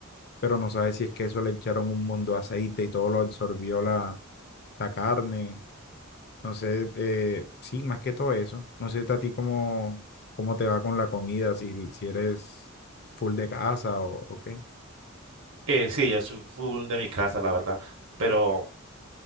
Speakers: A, on the left (about 50°); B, on the right (about 65°).
A: pero no sabe si es que eso le echaron un montón de aceite y todo lo absorbió la, la carne. No sé, eh, sí, más que todo eso. No sé a ti cómo, cómo te va con la comida, si, si eres full de casa o, o qué.
B: Eh, sí, yo soy full de mi casa, la verdad. Pero